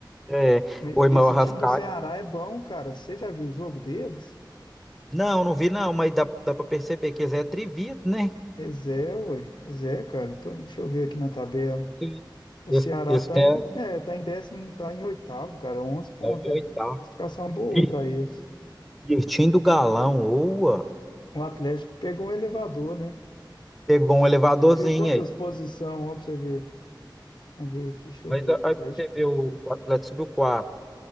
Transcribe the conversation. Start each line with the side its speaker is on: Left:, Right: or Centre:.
Centre: É,
Left: Mas
Centre: o irmão
Left: esse
Centre: Arrascaeta
Left: time do Ceará é bom, cara. Você já viu o jogo deles?
Centre: Não, não vi não, mas dá, dá para perceber que eles é atrevido, né?
Left: É Zé, ué. É Zé, cara. Tô- deixa eu ver aqui na tabela.
Centre: Esse,
Left: O
Centre: esse,
Left: Ceará
Centre: esse
Left: tá
Centre: tem
Left: em,
Centre: a
Left: é, tá em décimo, tá em oitavo, cara, 11 pontos.
Centre: é o
Left: É
Centre: oitavo.
Left: classificação boa
Centre: Ih,
Left: para eles.
Centre: Pertinho do galão, oa.
Left: O Atlético pegou um elevador, né?
Centre: Pegou um elevadorzinho
Left: Subiu quantas
Centre: aí.
Left: posições? Ó, pra você ver. Vamos ver aqui, deixa eu
Centre: Mas
Left: ver.
Centre: a-
Left: O Atlético,
Centre: aí você vê o, o Atlético subiu quatro.